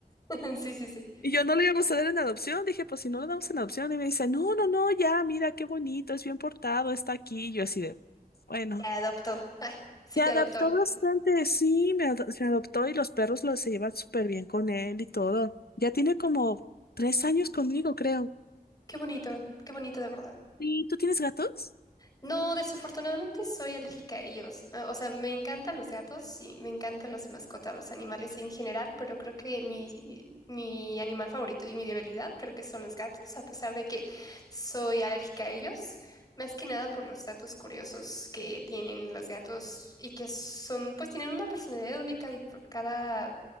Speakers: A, on the left (about 25°); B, on the left (about 80°).
A: <laughs> sí, sí, sí.
B: Y yo no le íbamos a dar en adopción, dije, pues si no lo damos en adopción, y me dice, no, no, no, ya, mira, qué bonito, es bien portado, está aquí. Y yo así de, bueno,
A: Te adoptó. Ah, sí,
B: se
A: te
B: adaptó
A: adoptó.
B: bastante, sí, me, ado-
A: Sí.
B: me adoptó y los perros los se llevan súper bien con él y todo. Ya tiene como tres años conmigo, creo.
A: Qué bonito, qué bonito de verdad.
B: ¿Y tú tienes gatos?
A: No, desafortunadamente soy alérgica a ellos. Ah, O sea, me encantan los gatos, sí, me encantan las mascotas, los animales en general, pero creo que mi, mi animal favorito y mi debilidad creo que son los gatos, a pesar de que soy alérgica a ellos, más que nada por los datos curiosos que tienen los gatos y que son, pues tienen una personalidad única, dif- cada,